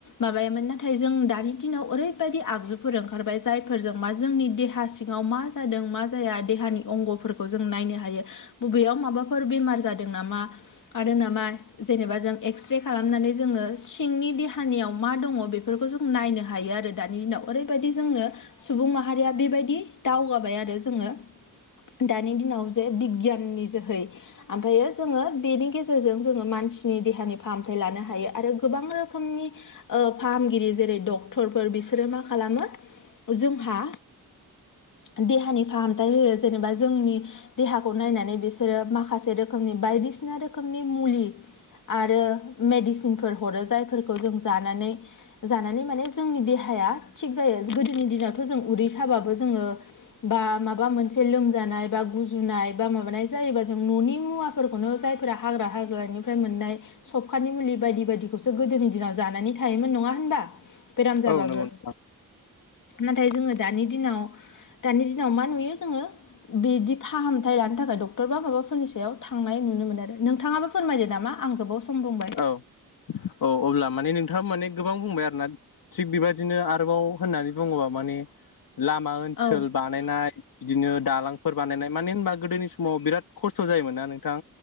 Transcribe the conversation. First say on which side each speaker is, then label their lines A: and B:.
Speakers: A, on the left (about 60°); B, on the left (about 75°).
A: माबायामोन नाथाय जों दानि दिनाव ओरैबायदि आगजुफोर ओंखारबाय जायफोरजों मा जोंनि देहा सिङाव मा जादों मा जाया देहानि अंगफोरखौ जों नायनो हायो बबेयाव माबाफोर बेमार जादों नामा आरो नामा जेनेबा जों एक्सरे खालामनानै जोङो सिंनि देहानियाव मा दङ बे बेफोरखौ जों नायनो हायो आरो दानि दिनाव ओरैबायदि जोङो सुबुं माहारिया बेबायदि दावगाबाय आरो जोङो दानि दिनाव जे बिगियाननि जोहै ओमफायो जोङो बेनि गेजेरजों जोङो मानसिनि देहानि फाहामथाय लानो हायो आरो गोबां रोखोमनि ओ फाहामगिरि जेरै डक्टरफोर बिसोरो मा खालामो जोंहा <unintelligible> देहानि फाहामथाय होयो जेनेबा जोंनि देहाखौ नायनानै बिसोरो माखासे रोखोमनि बायदिसिना रोखोमनि मुलि आरो मेडिसिनफोर हरो जायफोरखौ जों जानानै जानानै माने जोंनि देहाया थिग जायो गोदोनि दिनावथ' जों उदै साबाबो जोङो बा माबा मोनसे लोमजानाय बा गुजुनाय बा माबानाय जायोबा जों न'नि मुवा फोरखौनो जायफोरा हाग्रा हाग्रानिफ्राय मोननाय सबखानि मुलि बायदि बायदिखौसो गोदोनि दिनाव जानानै थायोमोन नङा होनबा बेराम जाबाबो
B: औ नंगौ नोंथां
A: नाथाय जोङो दानि दिनाव दानि दिनाव मा नुयो जोङो बिदि फाहामथाय लानो थाखाय डक्टर बा माबाफोरनि सायाव थांनाय नुनो मोनो आरो नोंथाङाबो फोरमायदो नामा आं गोबाव सम बुंबाय
B: औ औ अब्ला माने नोंथाङा माने गोबां बुंबाय आरोना थिग बेबायदिनो आरोबाव होननानै बुङोबा माने लामा ओनसोल
A: औ
B: बा बानायनाय बिदिनो दालांफोर बानायनाय मानो होनबा गोदोनि समाव बिराद खस्थ' जायोमोन ना नोंथां